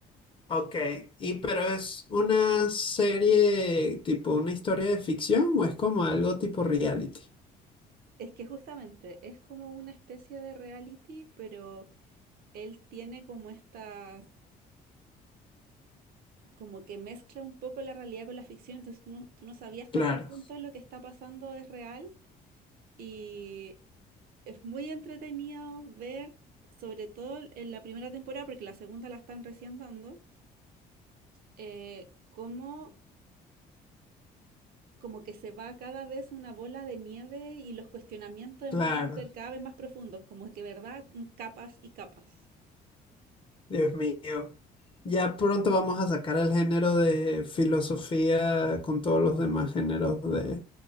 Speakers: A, on the left; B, on the right.
A: Ok, y pero es una serie tipo una historia de ficción o es como algo tipo reality.
B: Es que justamente es como una especie de reality, pero él tiene como estas, como que mezcla un poco la realidad con la ficción, entonces tú no, tú no sabías hasta
A: Claro,
B: qué punto lo que está pasando es real y es muy entretenido ver, sobre todo en la primera temporada, porque la segunda la están recién dando. eh, cómo como que se va cada vez una bola de nieve y los cuestionamientos empiezan
A: claro.
B: a ser cada vez más profundos, como que, ¿verdad? Mm, Capas y capas.
A: Dios mío. Ya pronto vamos a sacar el género de filosofía con todos los demás géneros de,